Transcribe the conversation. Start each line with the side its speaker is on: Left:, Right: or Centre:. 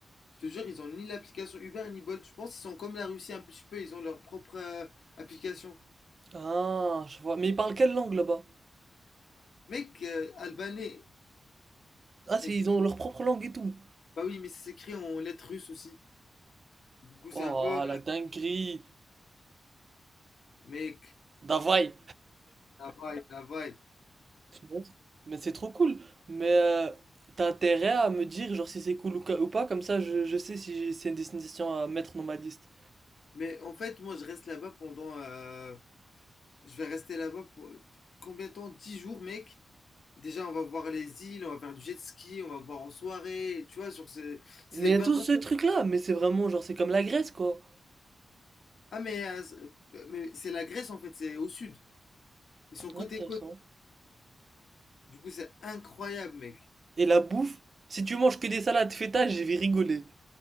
Left: Je te jure, ils ont ni l'application Uber ni Bolt. Je pense qu'ils sont comme la Russie un petit peu, ils ont leur propre euh, application.
Right: Ah, je vois. Mais ils parlent quelle langue là-bas?
Left: Mec, euh, albanais.
Right: Ah, c'est,
Left: Et du
Right: ils
Left: coup,
Right: ont leur propre langue et tout.
Left: bah oui, mais c'est écrit en lettres russes aussi. Du coup, c'est
Right: Oh,
Left: un peu.
Right: la dinguerie.
Left: Mec,
Right: Davai.
Left: la vaille, la vaille.
Right: Punaise. Mais c'est trop cool. Mais euh, t'as intérêt à me dire genre si c'est cool ou, ca- ou pas, comme ça je, je sais si c'est une destination à mettre dans ma liste.
Left: Mais en fait, moi je reste là-bas pendant euh, Je vais rester là-bas pour combien de temps? 10 jours, mec. Déjà, on va voir les îles, on va faire du jet ski, on va voir en soirée. Tu vois, sur ces... c'est
Right: Mais
Left: des
Right: il
Left: vacances.
Right: y a tous ces trucs-là, mais c'est vraiment genre c'est comme la Grèce quoi.
Left: Ah, mais, ah, c'est- mais c'est la Grèce en fait, c'est au sud. Ils sont côte
Right: Intéressant.
Left: à côte. Du coup, c'est incroyable, mec.
Right: Et la bouffe, si tu manges que des salades feta, je vais rigoler.